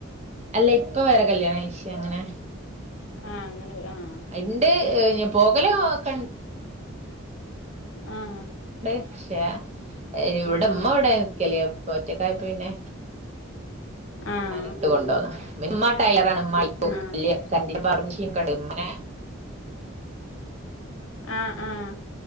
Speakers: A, on the right (about 35°); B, on the left (about 85°).
A: അല്ല ഇപ്പ വേറെ കല്യാണം കഴിച്ച് അങ്ങനെ
B: ആഹ് അങ്ങനെ പോ ആഹ്
A: ഇണ്ട് ഏഹ് പോകല് നൊക്കെണ്ട്.
B: ആഹ്
A: ണ്ട് പക്ഷേ ഇവടെ
B: ആ
A: ഇമ്മ ഇവടെ നിക്കല് അപ്പോ ഒറ്റക്കായപ്പം പിന്നെ
B: ആഹ്
A: ഞാന് ഇങ്ങട്ട് കൊണ്ടോന്നാ ഇമ്മ ടൈലറാണ് ഇമ്മ അടിക്കും
B: ആ
A: വല്യ കറണ്ട്ന്റെ പവർ മെഷീനൊക്കെണ്ട് ഇമ്മന്നെ
B: ആഹ് ആഹ്